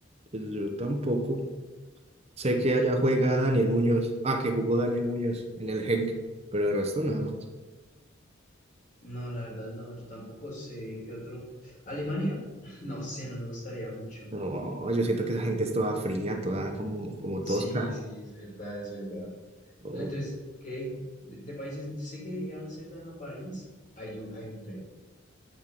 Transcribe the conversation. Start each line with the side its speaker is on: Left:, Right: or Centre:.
Right: Pues yo tampoco. Sé que allá juega Daniel Muñoz. Ah, que jugó Daniel Muñoz en el Genk, pero de resto nada más.
Left: No, la verdad, no, yo tampoco sé qué otro. Alemania, <laughs> no sé, no me gustaría mucho.
Right: No, yo siento que esa gente es toda fría, toda como, como tosca.
Left: Sí, sí, es verdad, es verdad.
Right: Oh,
Left: No, entonces, ¿qué? De, de países, yo sé que de Ámsterdam a París hay un, hay un tren.